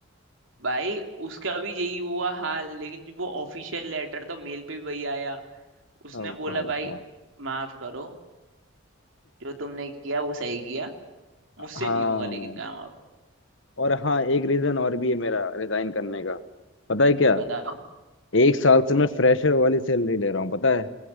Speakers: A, on the right (about 70°); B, on the left (about 65°).
A: भाई उसका भी यही हुआ हाल लेकिन जो वो ऑफिशियल लेटर तो मेल पे भी वही आया उसने
B: अब
A: बोला
B: भाई साहब
A: भाई माफ करो जो तुमने किया वो सही किया
B: <laughs>
A: मुझसे
B: हाँ
A: नहीं होगा लेकिन काम अब
B: और हाँ एक रीजन और भी है मेरा रिजाइन करने का पता है क्या
A: बताओ
B: एक साल से मैं फ्रेशर वाली सैलरी ले रहा हूँ पता है